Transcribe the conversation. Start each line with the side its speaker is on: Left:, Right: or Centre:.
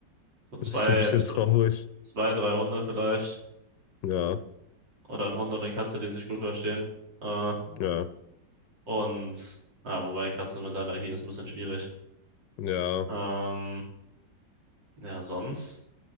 Right: So zwei,
Left: Das ist ein bisschen
Right: zwei,
Left: traurig.
Right: zwei, drei Hunde vielleicht.
Left: Ja,
Right: Oder ein Hund und eine Katze, die sich gut verstehen. Äh,
Left: ja,
Right: und, ja, wobei Katze mit Allergie ist ein bisschen schwierig.
Left: ja.
Right: Ähm, ja, sonst,